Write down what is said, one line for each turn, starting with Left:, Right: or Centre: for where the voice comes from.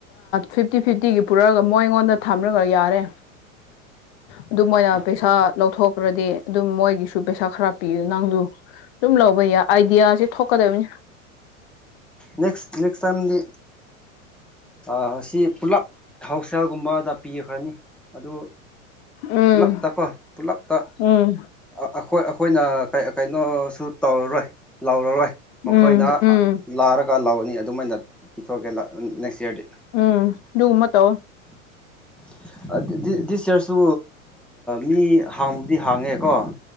Left: ꯐꯤꯞꯇꯤ ꯐꯤꯞꯇꯤꯒꯤ ꯄꯨꯔꯛꯑꯒ ꯃꯣꯏ ꯑꯩꯉꯣꯟꯗ ꯊꯝꯂꯒ ꯌꯥꯔꯦ ꯑꯗꯨ ꯃꯣꯏꯅ ꯄꯩꯁꯥ ꯂꯧꯊꯣꯛꯈ꯭ꯔꯗꯤ ꯑꯗꯨꯝ ꯃꯣꯏꯒꯤꯁꯨ ꯄꯩꯁꯥ ꯈꯔ ꯄꯤꯌꯨ ꯅꯪꯗꯨ ꯑꯗꯨꯝ ꯂꯧꯕ ꯌꯥꯏ ꯑꯥꯏꯗꯤꯌꯥꯁꯦ ꯊꯣꯛꯀꯗꯕꯅꯤ
Centre: ꯅꯦꯛꯁ ꯅꯦꯛꯁ ꯇꯥꯏꯝꯗꯤ ꯑꯥ ꯁꯤ ꯄꯨꯂꯞ ꯊꯧꯁꯦꯜꯒꯨꯝꯕꯗ ꯄꯤꯈ꯭ꯔꯅꯤ ꯑꯗꯨ
Left: ꯎꯝ
Centre: ꯄꯨꯂꯞꯇ ꯀꯣ ꯄꯨꯂꯞꯇ
Left: ꯎꯝ
Centre: ꯑꯩꯈꯣꯏ ꯑꯩꯈꯣꯏꯅ ꯀꯩꯅꯣꯁꯨ ꯇꯧꯔꯔꯣꯏ ꯂꯥꯎꯔꯔꯣꯏ ꯃꯈꯣꯏꯅ
Left: ꯎꯝ ꯎꯝ
Centre: ꯂꯥꯔꯒ ꯂꯧꯔꯅꯤ ꯑꯗꯨꯃꯥꯏꯅ ꯄꯤꯊꯣꯛꯑꯒꯦ ꯅꯦꯛꯁ ꯏꯌꯥꯔꯗꯤ
Left: ꯎꯝ ꯑꯗꯨꯒꯨꯝꯕ ꯇꯧ
Centre: <inaudible> ꯗꯤꯁ ꯗꯤꯁ ꯏꯌꯔꯁꯨ ꯃꯤ ꯍꯥꯡꯕꯗꯤ ꯍꯥꯡꯉꯦꯀꯣ